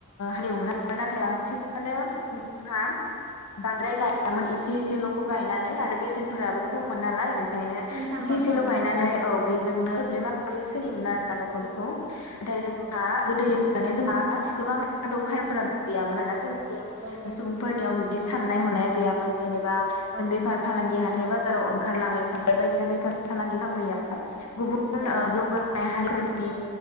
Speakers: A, on the left (about 80°); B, on the right (about 55°).
A: हालेवोन आरो
B: औ
A: नाथाय बांसिनानो जोंहा बांद्राय गायामोन एसे एसेल'खौ गायनानै आरो बेसेनफोराबो
B: औ
A: खममोन नालाय बेखायनो
B: खमथारमोन
A: इसे एसेल'
B: औ नंगौ
A: गायनानै
B: थारैनो
A: औ बेजोंनो थोब्ले माब्ले
B: औ
A: सोलियोमोन आरोना न'खरफोरखौ नाथाय जोंहा
B: औ
A: गोदोयै माने जोंहा गोबां आदब खायदाफोरा गैयामोन आरो जोंनि
B: औ औ
A: सुबुंफोरनियाव
B: नंगौ
A: बिदि साननाय हनाया गैयामोन जेनेबा जों
B: औ
A: बेफार फालांगि हाथाय बाजाराव ओंखारलाङै हाराय बायदिसिना बेफार फालांगि खामैयाव गुबुन
B: औ
A: जौगा नाय हारि फोरनि